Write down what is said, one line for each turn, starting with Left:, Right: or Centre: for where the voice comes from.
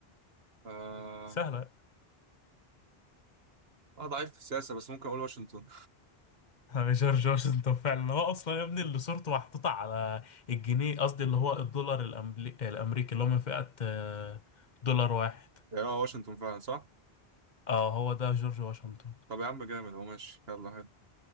Right: آه
Left: سهلة
Right: أنا ضعيف في السياسة بس ممكن أقول واشنطن
Left: <laughs> آه، جورج واشنطن فعلا هو أصلا يا ابني اللي صورته محطوطة على الجنيه قصدي اللي هو الدولار الأمري- الأمريكي اللي هو من فئة آه، دولار واحد
Right: <laughs> يعني هو واشنطن فعلا صح؟
Left: اه هو ده جورج واشنطن
Right: طب يا عم جامد هو ماشي يلا حلو